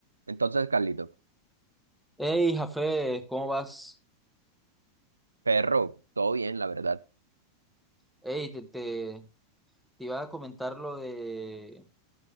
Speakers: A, on the right; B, in the centre.
A: Entonces, Carlito,
B: Hey, Jafé, ¿cómo vas?
A: perro, todo bien, la verdad.
B: Hey, te, te, te iba a comentar lo de